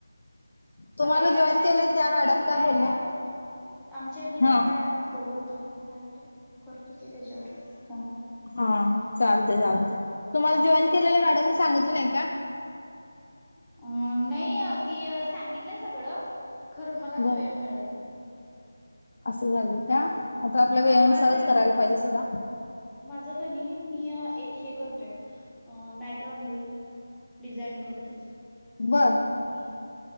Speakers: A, in the centre; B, on the left (about 50°).
A: <inaudible>
B: तुम्हाला
A: यांनीनी
B: जॉईन केलंय त्या
A: पण
B: मॅडम
A: घेतलाय
B: काय बोलल्या
A: ऍप आमच्या यांनीनी
B: हा
A: घेतला ऍप बघू आता काय होते करतो की त्याच्यावर फोन
B: हा चालतय चालतय तुम्हाला जॉईन केलेल्या मॅडमनी सांगितलं नाही का
A: अ नाही ती सांगितलं सगळं खर मलाच
B: बर
A: वेळ मिळत नाही. <inaudible>
B: झालं का. आता आपल्या वेळेनुसारच
A: हा माझे
B: करायला पाहिजे सुद्धा
A: माझं कणी मी एक हे करतोय मॅटरमुळे डिझाईन करतोय.
B: बरं.
A: मी